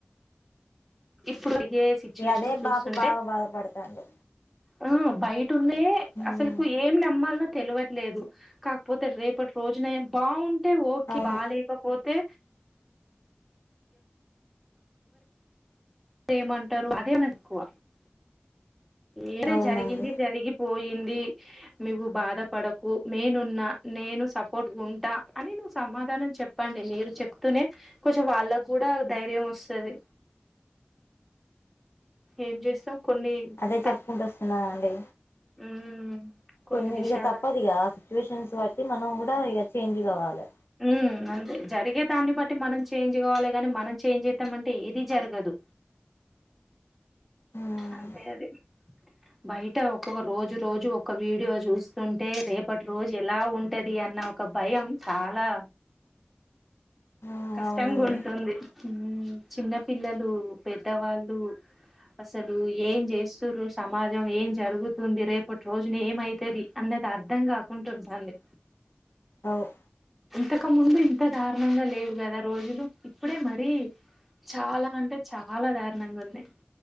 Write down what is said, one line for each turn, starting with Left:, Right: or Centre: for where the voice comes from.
Centre: ఇప్పుడు అడిగే సిచ్యువేషన్
Left: ఇగ అదే
Centre: చూస్తుంటే
Left: బాబు బాగా బాధపడతాండు
Centre: ఆ బయట ఉంది
Left: ఉమ్
Centre: అసల్కు ఏం నమ్మాల్నో తెలవట్లేదు కాకపోతే రేపటి రోజునే బాగుంటే ఓకే
Left: అవును
Centre: బా లేకపోతే ఏమంటరు అదే నాకు ఎక్కువ ఏది
Left: అవునండి
Centre: జరిగింది జరిగిపోయింది నువ్వు బాధ పడకు నేనున్నా నేను సపోర్ట్ ఉంటా అని నువ్వు సమాధానం చెప్పండి మీరు చెప్తూనే కొంచెం వాళ్ళకూడా ధైర్యం వస్తది ఏం చేస్తావ్ కొన్ని
Left: అదే
Centre: త
Left: చెప్పుకుంటూ వస్తున్నానండి
Centre: ఉమ్
Left: కొన్ని
Centre: విషయాల
Left: ఇగ తప్పదు ఇగ ఆ సిచ్యువేషన్స్ బట్టి మనం కూడా ఇగ చేంజ్ కావాలి
Centre: ఉమ్ అంటే జరిగే దాన్ని బట్టి మనం చేంజ్ కావాలి కాని మనం చేంజ్ చేద్దామంటే ఏది జరగదు
Left: ఉమ్
Centre: అంతే అది బయట ఒక్కొక్క రోజు రోజు ఒక వీడియో చూస్తుంటే రేపటి రోజు ఎలా ఉంటది ది అన్న ఒక భయం చాలా
Left: ఉమ్
Centre: కష్టం
Left: అవునండి
Centre: గుంటుంది ఉమ్ చిన్న పిల్లలు పెద్దవాళ్ళు అసలు ఏం చేస్తురు సమాజం ఏం జరుగుతుంది రేపటి రోజున ఏమైతది అంద అర్థం కాకుంటు ఉంటాంది
Left: అవ్
Centre: ఇంతక ముందు ఇంత దారుణంగా లేవు గదా రోజులు ఇప్పుడే మరీ చాలా అంటే చాలా దారుణంగా ఉంది